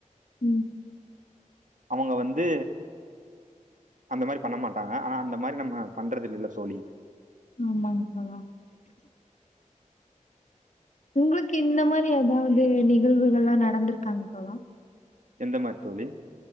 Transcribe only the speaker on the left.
ம்
ஆமாங் தோழா உங்களுக்கு இந்த மாரி எதாவது நிகழ்வுகள்லா நடந்துருக்காங்க தோழா